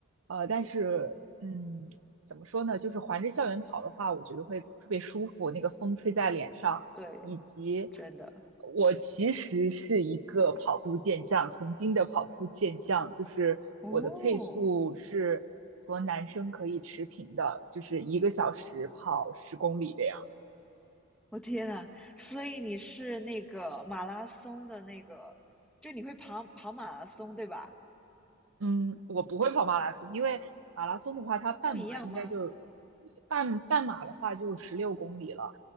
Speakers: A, on the right (about 75°); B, in the centre.
A: 呃，但是嗯，怎么说呢，就是环着校园跑的话，我觉得会特别舒服，那个风吹在脸上，
B: 对，
A: 以及
B: 真的
A: 我其实是一个跑步健将，曾经的跑步健将，就是我的配速是和男生可以持平的，
B: 哦，
A: 就是一个小时跑十公里这样。
B: 我天呐，所以你是那个马拉松的那个，就你会跑跑马拉松对吧？
A: 嗯，我不会跑马拉松，因为马拉松的话，它半马应该就
B: 不一样吗？
A: 半半马的话就十六公里了，